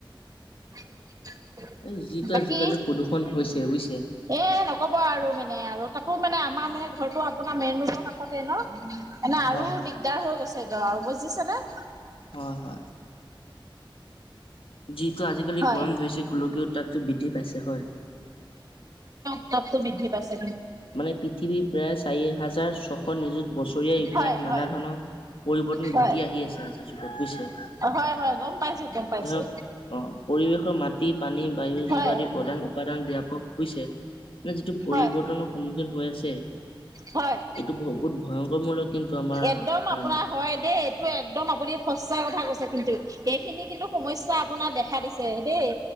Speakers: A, on the right; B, on the left.
A: <inaudible>
B: এই যিটো
A: বাকী
B: আজিকালি প্ৰদূষণ হৈছে তেৈ
A: এ নকব আৰু মানে আৰু তাতো মানে আমাৰ মানে ঘৰটোো আপোনাৰ মেইন ৰোডত আাষতে ন এনেে
B: হয়
A: আৰু
B: হয়
A: দিগদাৰ হৈ গৈছে ৰও বজিছে ন
B: হয় হয় জি টো আজিকালি
A: হয়
B: গৰম ধৰিছে গোলকও তাততটো বৃদ্ধি পাইছে হয়
A: <unintelligible> বিধি পাছে
B: মানে পৃথিৱীৰ প্ৰায় চাৰি হাজাৰ ছশ নিযুত বছৰীয়া ইতিহাস
A: হয়
B: নানা
A: হয়।
B: ধৰণৰ পৰিৱৰ্তন
A: হয়
B: ঘটি আহি আছে আজিৰ যুগত বুজিছে।
A: হয় হয় গম পাইছো গম পাইছো
B: ধৰক আহ পৰিৱেশ মাটিত পানী, বায়ু, জীৱ,
A: হয়
B: আদি প্ৰধান উপদান ইয়াকো বুজিছে, মানে যিটো পৰিৱৰ্তনৰ
A: হয়
B: হৈ আছে।
A: হয়,
B: এইটো বহুত ভয়ংকৰমূলক কিন্তু আমাৰ
A: একদম
B: কাৰণে
A: আপোনাৰ হয় দেই, এইটো একদম আপুনি সঁচা কথা কৈছে কিন্তু, সেইখিনি কিন্তু সমস্যা আপোনাৰ দেখা দিছে দেই।